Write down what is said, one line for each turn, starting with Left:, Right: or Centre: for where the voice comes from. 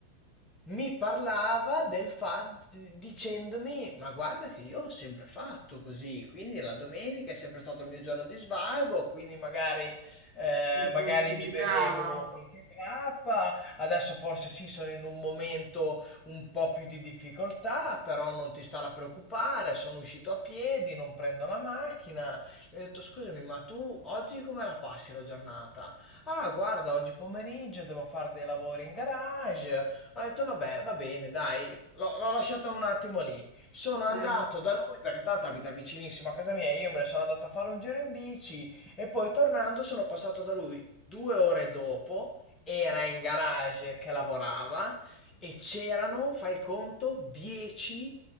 Left: mi parlava del fa dicendomi: "Ma guarda che io ho sempre fatto così, quindi la domenica è sempre stato il mio giorno di svago, quindi magari, ehm,
Right: Si
Left: magari
Right: giustificava?
Left: mi bevevo qualche grappa, adesso forse sì sono in un momento un po' più di difficoltà, però non ti stare a preoccupare, sono uscito a piedi, non prendo la macchina". Gli ho detto: "Scusami, ma tu oggi come la passi la giornata?" "Ah guarda, oggi pomeriggio devo fare dei lavori in garage, ho detto vabbè, va bene, dai, l'ho l'ho lasciata un attimo lì. Sono
Right: Sì.
Left: andato da lui perché tanto abita vicinissimo a casa mia, io me ne sono andato a fare un giro in bici e poi tornando sono passato da lui due ore dopo, era in garage che lavorava e c'erano, fai conto, 10